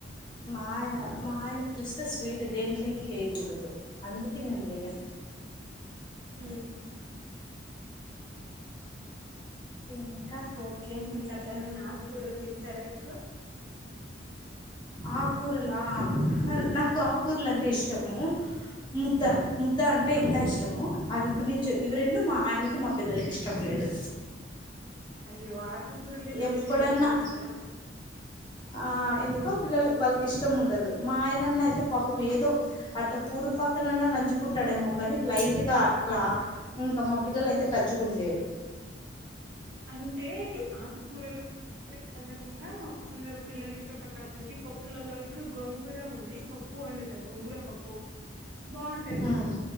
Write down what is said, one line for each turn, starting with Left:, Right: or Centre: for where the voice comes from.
Left: మా ఆయ మా ఆయనకి చూస్తే స్వీట్ దెంట్లేకి వేయకూడదు అందుకే నేను వెయ్యను
Right: మ్మ్ హు హు
Left: ఇంక
Right: ఓకే ఇంకా అట్లనే ఆకుకూరలు తింటారా ఎక్కువ
Left: ఆకూరలా నాకు ఆకూరలు అంటే ఇష్టము ముద్ద ముద్ద అంటే
Right: ఆ,
Left: ఇంకా ఇష్టము అవి ఇప్పుడు నుంచో ఇవి రెండు మా
Right: ఆ.
Left: ఆయనకి మా పిల్లలకి ఇష్టం లేదు
Right: అయ్యో ఆకు కురలే మంచి
Left: ఎప్పుడన్నా
Right: విటమిన్ కదా
Left: ఆ ఎందుకో పిల్లలు వాళ్ళకి ఇష్టం ఉండదు మా ఆయనన్న అయితే పాపం
Right: అన్
Left: ఏదో అట్ కూరు పక్కనున్నా నంజుకుంటాడేమో కానీ లైట్ గా అట్ల ఇంకా మా పిల్లలు అయితే టచ్ గుడ చేయరు
Right: అంటే ఆకుకూరలు అండకుండా కొందరు పిల్లలు ఇష్టపడడానికి పప్ ప్పులలో ఇప్పుడు గొంగుర ఉంది పప్పు వండుత గొంగుర పప్పు బాగుంటది
Left: ఉమ్,